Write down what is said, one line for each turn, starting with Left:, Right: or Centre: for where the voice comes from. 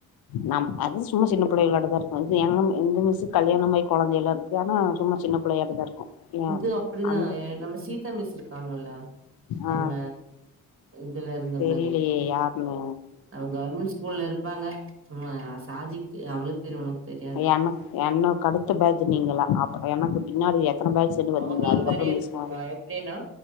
Left: நம் அது சும்மா சின்ன பிள்ளைகளாட்டதா இருக்கு இது எங்க எங்க மிஸ் கல்யாணமாயி கொழந்தை எல்லா இருக்குது ஆனா சும்மா சின்ன பிள்ளையாட்டதா இருக்கு ஏ
Right: இது அப்படிதா
Left: அங்க
Right: நம்ம சீதா மிஸ் இருக்காங்ல்ல
Left: ஆ
Right: நம்ம இதுல இருந்த
Left: தெரிலையே
Right: மாரி
Left: யாருன்னு
Right: அவங் கவர்மெண்ட் ஸ்கூல்ல இருப் பாங்க நம்ம சாஜிக்கு அவுளுக்கு தெரியு உனக்கு தெரியாது
Left: எனக் என்னொ கடுத்த பேஜ்ஜு நீங்களா அப் எனக்குப்பின்னாடிய வேல் செஞ்சி வந்திங்க
Right: அவங்கள
Left: அதுக்கப்ரமிஸ்
Right: மாரியே இருக்குக்கா
Left: அது
Right: எப்டின்னா